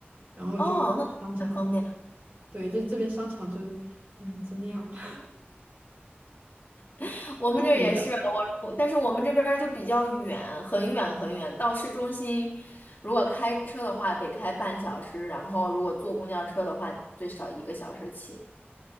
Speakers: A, on the right; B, on the left.
A: 然后就商场，
B: 哦，那 <laughs> 很方便。
A: 对，这这边商场就嗯就那样吧，
B: <laughs>
A: <laughs>
B: 我们这儿也是，
A: 土土的。
B: 我我，但是我们这边儿就比较远，很远很远，到市中心，如果开车的话得开半小时，然后如果坐公交车的话最少一个小时起。